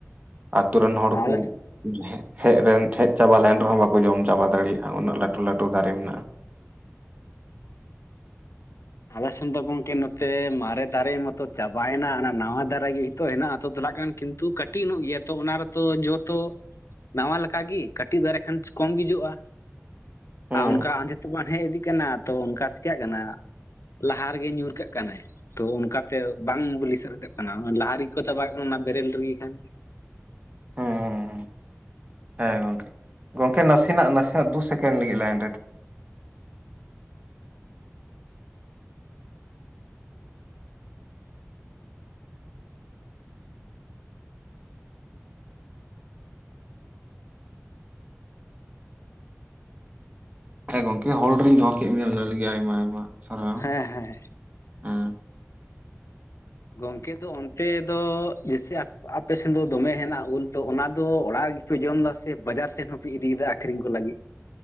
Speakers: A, on the right; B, on the left.
A: ᱟᱛᱩ ᱨᱮᱱ ᱦᱚᱲ
B: ᱟᱞᱮ
A: ᱠᱩ ᱦᱮ-ᱦᱮᱡ ᱨᱮᱱ ᱦᱮᱡ ᱪᱟᱵᱟ ᱞᱮᱱ ᱨᱮᱦᱚᱸ ᱵᱟᱠᱚ ᱡᱚᱢ ᱪᱟᱵᱟ ᱫᱟᱲᱮᱭᱟᱜᱼᱟ ᱩᱱᱟᱹᱜ ᱞᱟᱹᱴᱩ ᱞᱟᱹᱴᱩ ᱫᱟᱨᱮ ᱢᱮᱱᱟᱜᱼᱟ᱾
B: ᱟᱞᱮ ᱥᱮᱱ ᱫᱚ ᱜᱚᱝᱠᱮ ᱱᱚᱛᱮ ᱢᱟᱨᱮ ᱫᱟᱨᱮ ᱢᱟᱛᱚ ᱪᱟᱵᱟᱭᱮᱱᱟ ᱱᱟᱣᱟ ᱫᱟᱨᱮ ᱜᱮ ᱛᱚ ᱦᱮᱱᱟᱜᱼᱟ ᱛᱚ ᱛᱮᱞᱟᱜᱠᱟᱱ ᱠᱤᱱᱛᱩ ᱠᱟᱹᱴᱤᱡ ᱱᱚᱜ ᱜᱮᱭᱟ ᱛᱚ ᱚᱱᱟ ᱨᱮᱛᱚ ᱡᱚᱛᱚ ᱱᱟᱣᱟ ᱞᱮᱠᱟ ᱜᱤ ᱠᱟᱹᱴᱤᱡ ᱫᱟᱨᱮ ᱠᱷᱟᱱᱪ ᱠᱚᱢ ᱜᱮ ᱡᱚᱜᱼᱟ᱾
A: ᱦᱩᱸ
B: ᱟ ᱚᱱᱠᱟ ᱟᱸᱡᱤᱛᱚ ᱵᱟᱝ ᱦᱮᱡ ᱤᱫᱤᱜ ᱠᱟᱱᱟ ᱛᱚ ᱚᱱᱠᱟ ᱪᱤᱠᱟᱹᱜ ᱠᱟᱱᱟ? ᱞᱟᱦᱟ ᱨᱮᱜᱮ ᱧᱩᱨ ᱠᱟᱜ ᱠᱟᱱᱟᱭ᱾ ᱛᱚ ᱚᱱᱠᱟ ᱛᱮ ᱵᱟᱝ ᱵᱤᱞᱤ ᱥᱟᱨᱮ ᱫᱚᱜ ᱠᱟᱱᱟ ᱞᱟᱦᱟ ᱨᱮ ᱠᱚ ᱪᱟᱵᱟᱜ ᱠᱟᱱᱟ ᱚᱱᱟ ᱵᱮᱨᱮᱞ ᱨᱮᱜᱮ ᱠᱷᱟᱱ᱾
A: ᱦᱮᱸ, ᱦᱮᱸ ᱜᱚᱝᱠᱮ, ᱜᱚᱝᱠᱮ ᱱᱟᱥᱮᱱᱟᱜ ᱱᱟᱥᱮᱱᱟᱜ ᱫᱩ ᱥᱮᱠᱮᱱᱰ ᱞᱟᱹᱜᱤᱫ ᱞᱟᱭᱤᱱ ᱨᱮ ᱦᱮᱸ ᱜᱚᱝᱠᱮ ᱦᱳᱞᱰ ᱨᱮᱧ ᱫᱚᱦᱚ ᱠᱮᱜ ᱢᱮᱭᱟ ᱚᱱᱟ ᱞᱟᱹᱜᱤᱫ ᱟᱭᱢᱟ ᱟᱭᱢᱟ ᱥᱟᱨᱦᱟᱣ᱾
B: ᱦᱮᱸ ᱦᱮᱸ᱾
A: ᱦᱩᱸ᱾
B: ᱜᱚᱢᱠᱮ ᱫᱚ ᱚᱱᱛᱮ ᱫᱚ ᱡᱮᱥᱮ ᱟ ᱟᱯᱮ ᱥᱮᱱ ᱫᱚ ᱫᱚᱢᱮ ᱦᱮᱱᱟᱜᱼᱟ ᱩᱞ ᱛᱚ ᱚᱱᱟ ᱫᱚ ᱚᱲᱟᱜ ᱨᱮᱜᱮ ᱯᱮ ᱡᱚᱢ ᱫᱟ ᱥᱮ ᱵᱟᱡᱟᱨ ᱥᱮᱫ ᱦᱚᱸᱯᱮ ᱤᱫᱤᱭᱫᱟ ᱟᱠᱷᱨᱤᱧ ᱠᱚ ᱞᱟᱹᱜᱤᱫ?